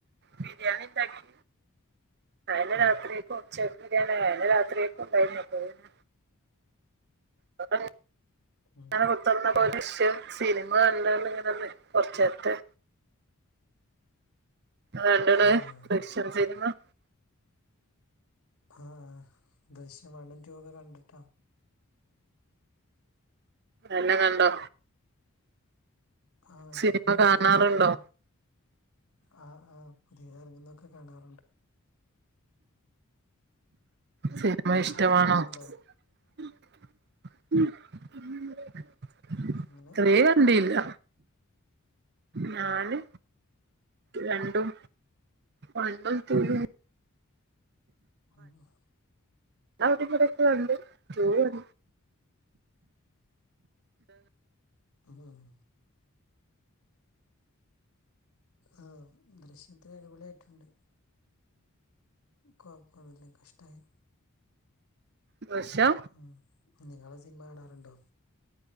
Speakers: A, on the right; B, on the left.
A: ബിരിയാണി ഉണ്ടാക്കി. അഎന്നെ
B: ഓ
A: രാത്രിക്കു ഉച്ചക്ക് ബരിയാണ അയനെ രാത്രിക്കുണ്ടായിരുന്നു അപ്പ അത്. കൊഴ്പ്പാണ്..
B: ഉം
A: അങ്ങനെ കൊത്തറ്ന്ന് പോലെ ശ് സിനിമ കണ്ടാണ്ട് ഇങ്ങനെ കൊറച്ചേര്ത്തെ. രണ്ട്ണ്
B: ആ ആ
A: ദൃശ്യം സിനിമ.
B: ആഹ ആഹ്. ദൃശ്യം വണ്ണും ടു ഒക്കെ കണ്ടിട്ടാ.
A: എല്ലാം കണ്ടോ?
B: ആഹ്
A: സിനിമ
B: ഞാൻ കണ്ടു
A: കാണാറുണ്ടോ
B: ഒക്കെ ത്രീയോ. ആഹ് ആഹ് പുതിയത് ഇറാങ്ങന്നൊക്കെ കാണാറുണ്ട്.
A: സിനിമ
B: ദൃശ്യം
A: ഇഷ്ടമാണോ?
B: ത്രീ ഒക്കെ കണ്ടോ
A: <unintelligible>
B: എങ്ങനെ
A: ണ്ടില്ല
B: ഓ
A: ഞാന്. രണ്ടും വണ്ണും ടു യും
B: ആഹ്.
A: വിടെ ഇവടെക്കെ കണ്ട് ടു കൺ
B: ആഹ് ആ ദൃശ്യം ത്രീ അടിപൊളി ആയിട്ടുണ്ട് കൊഴപ്പൊന്നുമില്ല കഷ്ടമായി
A: ഫ്രഷാ
B: ഉം നിങ്ങൾ സിനിമ കാണാറുണ്ടോ